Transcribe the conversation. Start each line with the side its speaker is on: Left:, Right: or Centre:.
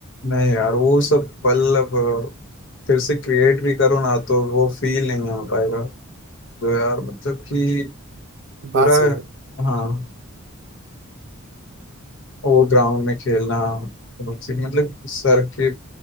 Left: नहीं यार वो सब पल अब फिर से क्रिएट भी करो ना तो वो फील नहीं आ पाएगा जो यार मतलब कि पूरा
Right: बात सही है
Left: हाँ वो ग्राउंड में खेलना बहुत सी- मतलब सर के